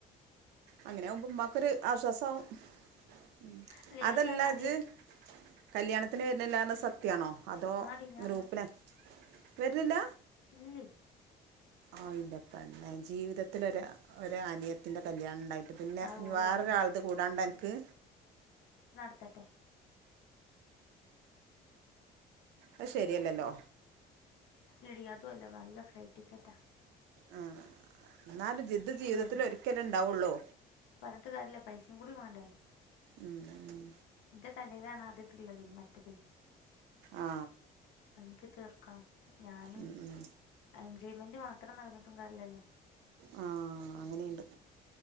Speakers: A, on the right; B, on the left.
A: അങ്ങനെ ആവുമ്പോ ഉമ്മാക്കൊരു ആശ്വാസാവും ഹും ഉം
B: അല്ലേ
A: അതല്ല
B: അത് ഞാൻ ആദ്യമേ
A: അജ് കല്യാണത്തിന് വരണില്ലാന്ന് സത്യാണോ അതോ
B: ആടി ഞാനല്ല
A: ഗ്രൂപ്പിനെ വര്ണില്ല
B: ഇല്ലേ
A: ആ യില്ല പെണ്ണെ ജീവിതത്തിലൊര് ഒരു അനിയത്തിന്റ കല്യാണം ഉണ്ടായി പിന്നെ
B: അത്
A: ഇനി
B: ഓല്
A: വേറൊരാളത്
B: നടത്തട്ടെ
A: കൂടാണ്ടന്ക്ക്
B: ത്തട്ടെ
A: അത് ശെരിയല്ലല്ലോ
B: എടി അതുഅല്ല നല്ല ഫ്ലൈറ്റ് ടിക്കറ്റാ
A: ആ എന്നാലും ജിദ് ജീവിതത്തിൽ
B: വരണ്ടേ
A: ഒരിക്കലേ ഉണ്ടാവുള്ളൂ
B: പറഞ്ഞിട്ട് കാര്യല്ല പൈസേം കൂടി വേണ്ടേ
A: ഉം ഉം
B: എന്റെ തലയിലാണ് ആദ്യട്ടുള്ളത് മറ്റത്
A: ആ
B: എനിക്ക് തീർക്കണം ഞാന്
A: ഉം ഉം
B: എൻജോയ്മെന്റ് മാത്രം നടന്നിട്ടും കാര്യല്ലല്ലോ
A: ആ അങ്ങനെയുണ്ട്